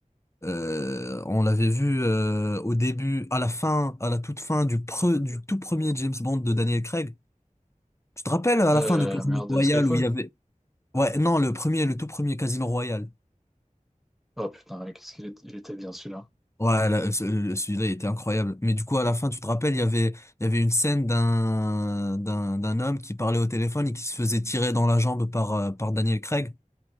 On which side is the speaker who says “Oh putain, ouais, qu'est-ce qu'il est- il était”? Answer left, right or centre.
Centre